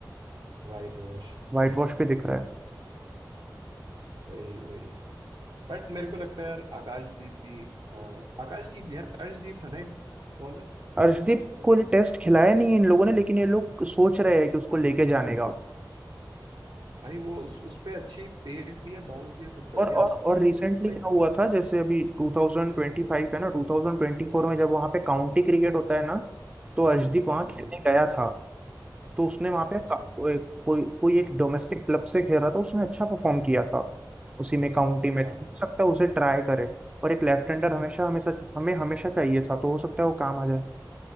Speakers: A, on the right (about 80°); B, on the right (about 15°).
A: Whitewash
B: वाइट वॉश पे दिख रहा है
A: वही वही बट मेरे को लगता है यार आकाशदीप भी अ, आकाशदीप नहीं यार अर्शदीप था ना एक बॉलर
B: अर्शदीप को टेस्ट खिलाया नहीं है इन लोगों ने लेकिन ये लोग सोच रहे हैं कि उसको लेके जाने का
A: भाई वो उस, उस पे अच्छी पेस भी है बाउंस भी है सब बढ़िया
B: और और
A: है उसका
B: और
A: मतलब
B: रिसेंटली
A: लाइक
B: क्या हुआ था जैसे अभी 2025 है ना 2024 में जब वहाँ पे काउंटी क्रिकेट होता है ना तो अर्शदीप वहाँ
A: हम्म
B: खेलने
A: हम्म
B: गया था तो उसने वहाँ पे
A: अच्छा
B: का- वो एक- कोई कोई एक डोमेस्टिक क्लब से खेल रहा था उसने अच्छा परफॉर्म किया था उसी में काउंटी में
A: हाँ
B: तो हो सकता है उसे ट्राई करे और एक लेफ्ट हैंडर हमेशा हमेशा हमें हमेशा चाहिए था तो हो सकता है वो काम आ जाए